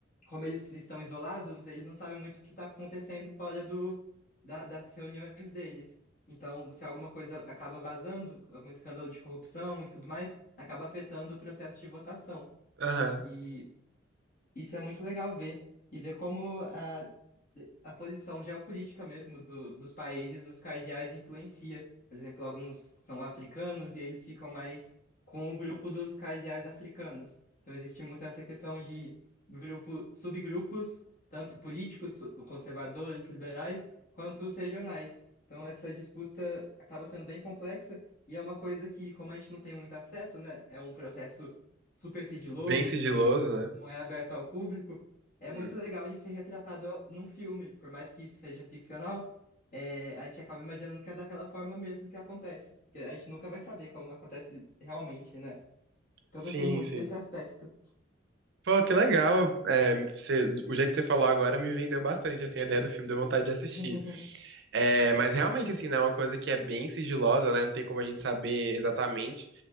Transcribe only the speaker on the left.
como eles estão isolados, eles não sabem muito o que está acontecendo fora do, da- das reuniões deles. Então, se alguma coisa acaba vazando, algum escândalo de corrupção e tudo mais, acaba afetando o processo de votação.
E isso é muito legal ver. E ver como a, a posição geopolítica mesmo do, dos países, os cardeais, influencia. Por exemplo, alguns são africanos e eles ficam mais com o grupo dos cardeais africanos. Então, existe muito essa questão de grupo, subgrupos, tanto políticos, su- conservadores, liberais, quanto os regionais. Então, essa disputa acaba sendo bem complexa e é uma coisa que, como a gente não tem muito acesso, né, é um processo super sigiloso
que
não é aberto ao público, é
muito legal de ser retratado num filme, por mais que seja ficcional, é, a gente acaba imaginando que é daquela forma mesmo que acontece, porque a gente nunca vai saber como acontece realmente, né? Então
eu gostei muito
desse aspecto.
<laughs>